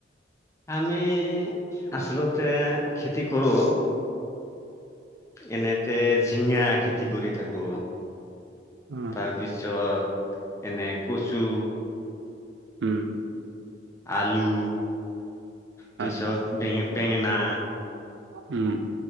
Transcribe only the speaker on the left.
আমি আচলতে খেতি কৰোঁ। এনেতে জঝিঙা খেতি কৰি থাকো।
তাৰপিছত এনে কচু
আলু পিছত
বেঙ বেঙেনা